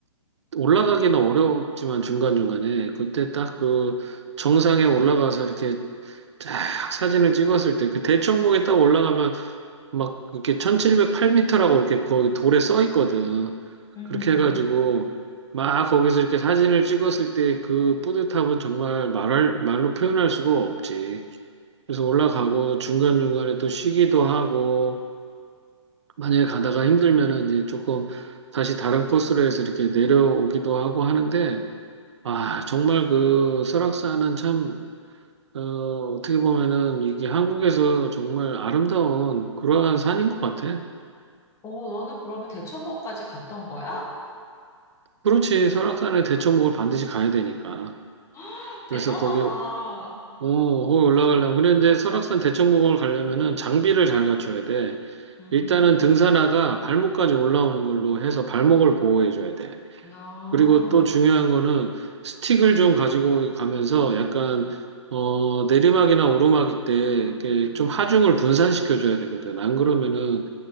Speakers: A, on the right; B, on the left.
A: 올라가기는 어렵지만 중간중간에 그때 딱 그 정상에 올라가서 이렇게 쫙 사진을 찍었을 때 그 대청봉에 딱 올라가면 막 이렇게 1708m라고 이렇게 거기 돌에 써 있거든.
B: 음,
A: 그렇게 해가지고 막 거기서 이렇게 사진을 찍었을 때 그 뿌듯함은 정말 말할, 말로 표현할 수가 없지. 그래서 올라가고 중간중간에 또 쉬기도 하고 만약에 가다가 힘들면은 이제 조금 다시 다른 코스로 해서 이렇게 내려오기도 하고 하는데 아, 정말 그 설악산은 참, 어, 어떻게 보면은 이게 한국에서 정말 아름다운 그러한 산인 것 같아.
B: 어, 너는 그러면 대천봉까지 갔던 거야?
A: 그렇지, 설악산에 대청봉을 반드시 가야 되니까.
B: <laughs> 대단하다.
A: 그래서 거기, 어, 거기 올라가려면. 그런데 설악산 대청봉을 가려면은 장비를 잘 갖춰야 돼.
B: 음,
A: 일단은 등산화가 발목까지 올라오는 걸로 해서 발목을 보호해줘야 돼.
B: 야,
A: 그리고 또 중요한 거는 스틱을 좀 가지고 가면서 약간 어 내리막이나 오르막일 때 이렇게 좀 하중을 분산시켜 줘야 되거든. 안 그러면은